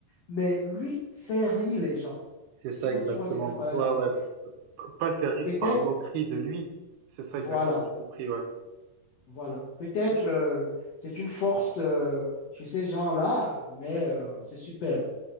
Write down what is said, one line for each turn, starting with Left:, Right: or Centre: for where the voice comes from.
Left: mais lui faire rire les gens.
Right: C'est ça
Left: Je ne sais pas
Right: exactement.
Left: si tu vois ce que Pala
Right: Ouais,
Left: dit.
Right: ouais. P pas le faire rire
Left: Peut-être,
Right: par moquerie de lui. C'est ça
Left: voilà,
Right: exactement, j'ai compris, ouais.
Left: voilà. Peut-être
Right: Ouais, je-
Left: euh, c'est une force euh, chez ces gens-là, mais euh, c'est superbe.